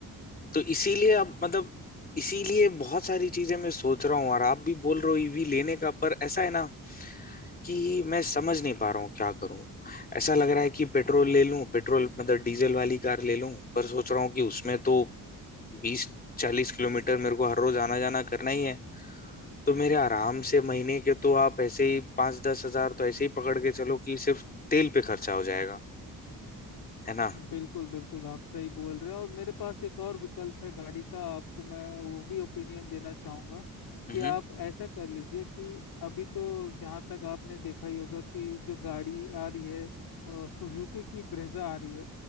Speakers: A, on the left (about 25°); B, on the left (about 85°).
A: तो इसीलिए अब मतलब इसीलिए बहुत सारी चीजें मैं सोच रहा हूँ और आप भी बोल रहे हो ईवी लेने का पर ऐसा है ना कि मैं समझ नहीं पा रहा हूँ क्या करूँ ऐसा लग रहा है कि पेट्रोल ले लूं पेट्रोल मतलब डीजल वाली कार ले लूं पर सोच रहा हूँ कि उसमें तो बीस चालीस किलोमीटर मेरे को हर रोज आना जाना करना ही है तो मेरे आराम से महीने के तो आप ऐसे ही पाँच दस हजार तो ऐसे ही पकड़ के चलो कि सिर्फ तेल पे खर्चा हो जाएगा है ना
B: बिल्कुल बिल्कुल आप सही बोल रहे हैं और मेरे पास एक और विकल्प है गाड़ी का आपको मैं वो भी ओपिनियन देना चाहूँगा
A: हम्म
B: कि आप ऐसा कर लीजिए कि अभी तो जहाँ तक आपने देखा ही होगा कि जो गाड़ी आ रही है सुजुकी की ब्रेजा आ रही है